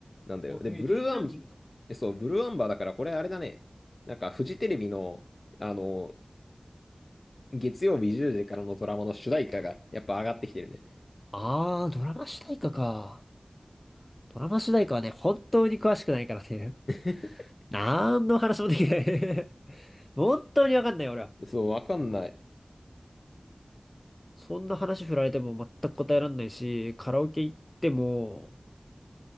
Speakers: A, on the left; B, on the left.
A: なんだよ。
B: お、
A: で、
B: へえ、
A: ブルーアン、
B: デイリーランキングなの
A: えそう、ブルーアンバーだから、これあれだね。なんか、フジテレビの、あの、月曜日10時からのドラマの主題歌が、やっぱ上がってきてるね。
B: あー、ドラマ主題歌か。ドラマ主題歌はね、本当に詳しくないからね。
A: <laughs>
B: なんの話もできない <laughs> 本当にわかんない、俺は。
A: そう、わかんない。
B: そんな話振られても全く答えられないし、カラオケ行っても、